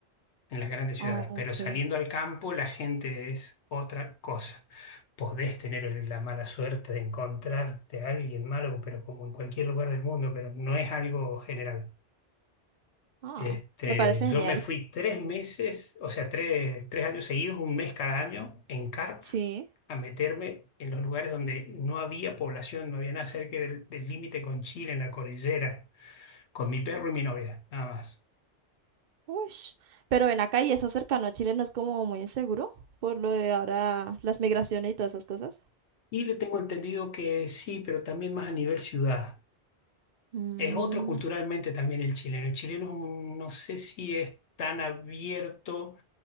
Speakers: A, on the left; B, on the right.
A: en las grandes ciudades,
B: Ah, ok.
A: pero saliendo al campo la gente es otra cosa. Podés tener el- la mala suerte de encontrarte a alguien malo, pero como en cualquier lugar del mundo, pero no es algo general.
B: Ah,
A: Este,
B: me parece
A: yo
B: genial.
A: me fui tres meses, o sea, tres, tres años seguidos, un mes cada año, en carpa,
B: Sí.
A: a meterme en los lugares donde no había población, no había nada cerca del del límite con Chile, en la cordillera, con mi perro y mi novia, nada más.
B: Ush. Pero en acá y eso cercano a Chile no es como muy inseguro por lo de ahora las migraciones y todas esas cosas.
A: Y le tengo entendido que sí, pero también más a nivel ciudad.
B: Mm,
A: Es otro culturalmente también el chileno. El chileno es un- no sé si es tan abierto